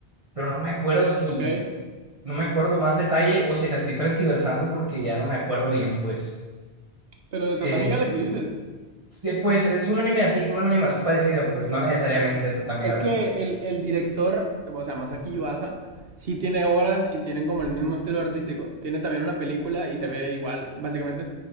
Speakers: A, on the right (about 30°); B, on the right (about 65°).
A: pero no me acuerdo si,
B: Ok,
A: no me acuerdo más detalle o si la estoy transgiversando porque ya no me acuerdo bien, pues.
B: pero de Tatami
A: Eh,
B: Galaxy dices.
A: Sí, pues es un anime así, con un anime así parecido, pues no necesariamente Tatami
B: Es
A: Galaxy.
B: que el, el director, o sea, Masaki Yuasa, sí tiene obras y tienen como el mismo estilo artístico. Tiene también una película y se ve igual, básicamente.